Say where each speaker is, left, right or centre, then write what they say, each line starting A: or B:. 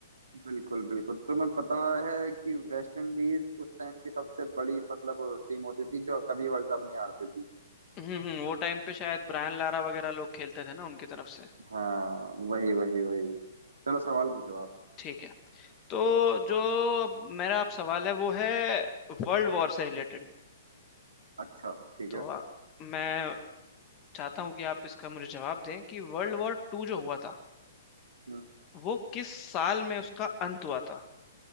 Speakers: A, on the right (about 65°); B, on the left (about 25°).
A: बिल्कुल बिल्कुल तुम्हें पता है कि वेस्ट इंडीज उस टाइम की सबसे बड़ी मतलब टीम होती थी जो कभी वर्ल्ड कप नहीं हारती थी
B: हम्म हम्म, वो टाइम पे शायद ब्रायन लारा वगैरह लोग खेलते थे ना उनकी तरफ से
A: हाँ वही वही वही चलो सवाल पूछो आप
B: ठीक है तो जो अब मेरा अब सवाल है वो है वर्ल्ड वॉर से रिलेटेड
A: अच्छा ठीक
B: तो
A: है
B: आ- मैं चाहता हूँ कि आप इसका मुझे जवाब दें कि वर्ल्ड वॉर टू जो हुआ था
A: हम्म,
B: वो किस साल में उसका अंत हुआ था